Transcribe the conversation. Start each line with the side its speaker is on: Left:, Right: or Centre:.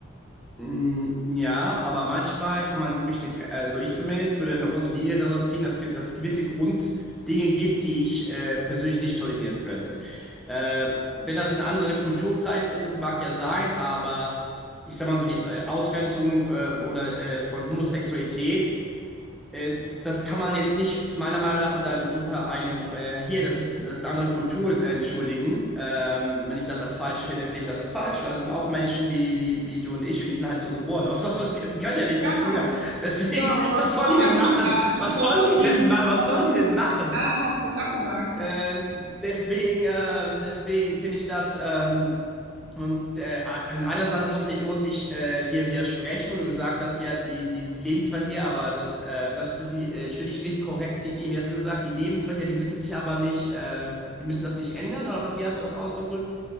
Centre: Mm, Ja, aber manchmal kann man wirklich eine, Gre- also ich zumindest würde eine rote Linie darüber ziehen, dass, ge- dass es gewisse Grunddinge gibt, die ich äh, persönlich nicht tolerieren könnte. Äh, wenn das ein anderer Kulturkreis ist, das mag ja sein, aber ich sag mal so die äh, Ausgrenzung äh, oder äh, von Homosexualität äh, das kann man jetzt nicht meiner Meinung nach unter einem, unter einem äh, hier, das ist, das ist eine andere Kultur, äh, entschuldigen. Ähm, wenn ich das als falsch finde, sehe ich das als falsch, weil das sind auch Menschen wie, wie, wie du und ich und die sind halt so geboren. Was soll, was können, die können ja nichts
Right: Ja,
Centre: dafür. Deswegen,
Right: wow, du
Centre: <laughs> was
Right: hast
Centre: sollen
Right: auch
Centre: die
Right: erklärt,
Centre: denn machen? Was
Right: warum,
Centre: sollen die denn ma was
Right: warum
Centre: sollen die denn machen?
Right: Ja, das habe ich auch gesagt.
Centre: Ähm, deswegen, ähm, deswegen finde ich das. Ähm, und äh, in einer Sache muss ich, muss ich äh, dir widersprechen, wo du gesagt hast, ja, die, die, die leben hier, aber das, äh, was, wie, äh, ich will dich richtig korrekt zitieren. Wie hast du gesagt, die leben hier, die müssen sich aber nicht, ähm, die müssen das nicht ändern, oder was, wie hast du das ausgedrückt?